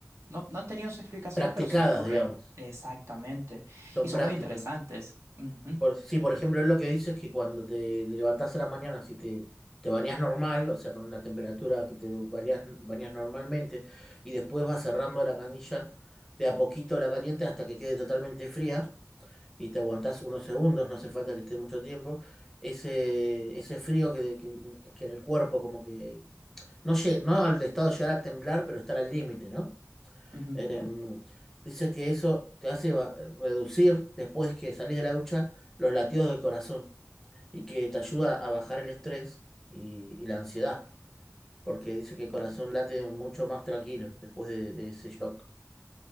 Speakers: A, on the right; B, in the centre.
A: no, no han tenido su explicación,
B: practicadas,
A: pero sí ocurren.
B: digamos,
A: Exactamente.
B: son
A: Y son
B: prácticas.
A: muy interesantes. Ujú,
B: Por, sí, por ejemplo, él lo que dice es que cuando te levantas a la mañana, si te, te bañas normal, o sea, con una temperatura que te bañas bañás normalmente, y después vas cerrando la canilla, de a poquito la caliente hasta que quede totalmente fría, y te aguantás unos segundos, no hace falta que esté mucho tiempo, ese, ese frío que, que, que en el cuerpo como que... No, lle- no al de estado de llegar a temblar, pero estar al límite, ¿no?
A: ujú.
B: Mm. Dice que eso te hace va- reducir, después que salís de la ducha, los latidos del corazón y que te ayuda a bajar el estrés y, y la ansiedad, porque dice que el corazón late mucho más tranquilo después de, de ese shock.